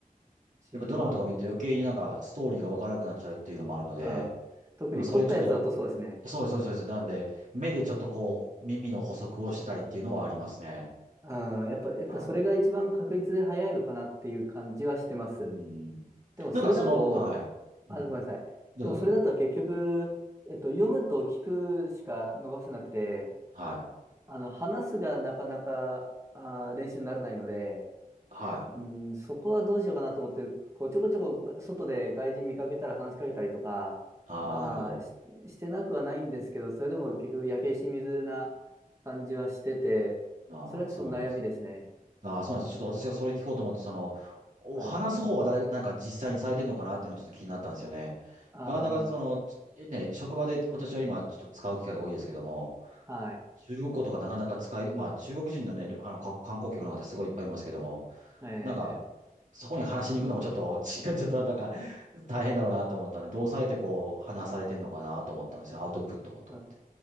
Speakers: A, on the right; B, on the right.
A: 字幕、
B: やっぱドラマとか見ると余計になんかストーリーがわからなくなっちゃうっていうのもあるので、
A: あ、特に凝ったやつだとそうですね。
B: でもそれちょっとそうです、そうです、そうです。なんで、目でちょっとこう、耳の補足をしてたりっていうのはありますね。
A: うん、やっぱ、やっぱそれが一番確実で早いのかなっていう感じはしてます。
B: はい。うん。
A: でもそれだと、
B: なんかその、はい。
A: あ、
B: うん。
A: ごめんなさい。
B: どうぞどうぞ。
A: でもそれだと結局、えっと、読むと聞くしか伸ばせなくて、
B: はい。
A: あの、話すがなかなか、あー、練習にならないので、
B: はい。
A: うん、そこはどうしようかなと思って、こうちょこちょこ外で外人見かけたら話しかけたりとか、
B: ああ、
A: まあし、
B: なるほど。
A: してなくはないんですけど、それでも結局焼け石に水な感じはしてて、
B: ああ、
A: それはちょっと悩みですね。
B: そうなんです。ああ、そうなんです。ちょっと私がそれ聞こうと思って、その、お話す方は誰、
A: はい。
B: なんか実際にされてるのかなっていうのはちょっと気になったんですよね。
A: あ
B: なかなかその、ちね、職場で私は今ちょっと使う機会が多いですけども、
A: あ、はい。
B: 中国語とかなかなか使い、まあ中国人のね、あの、か観光客の方すごいいっぱいいますけども、
A: ええ
B: なんか、そこに話しに行くのもちょっと、<laughs> ちょっとなんか大変だろうなと思ったので、どうされてこう、話されてんのかなと思ったんですよ。アウトプットと思って。
A: あ、